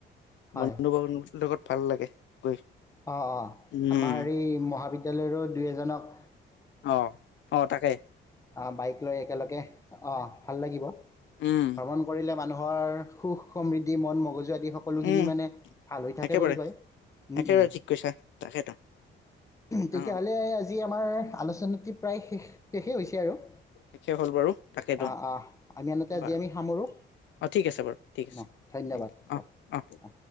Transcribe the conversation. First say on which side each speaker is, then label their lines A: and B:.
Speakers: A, on the left (about 15°); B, on the left (about 70°).
A: হয়
B: বন্ধু বান্ধৱুৰ লগত ভাল লাগে গৈ।
A: অ অ
B: উম,
A: আমাৰ এই মহাবিদায়ালয়ৰো দুই এজনক
B: অ অ তাকেই।
A: অ বাইক লৈ একেলগে অ ভাল লাগিব
B: উম
A: ভ্ৰমণ কৰিলে মানুহৰ সুখ সমৃদ্ধি মন মগজু একদম সকলোখিনি
B: উম
A: মানে ভাল হৈ থাকে
B: একেবাৰে
A: বুলি কয় উম,
B: একেবাৰে
A: উম।
B: ঠিক কৈছা তাকেতো
A: তেতিয়াহ'লে
B: অ
A: আজি আমাৰ আলোচনীটি প্ৰায় শেষ শেষেই হৈছে আৰু।
B: শেষেই হ'ল বাৰু তাকেইতো
A: আহ আহ আমি আনহাতে আজি
B: বাৰু।
A: আমি সামৰোঁ
B: অঁ ঠিক আছে, বাৰু ঠিক আছে
A: ন ধন্যবাদ দিয়ক
B: অ অঁ।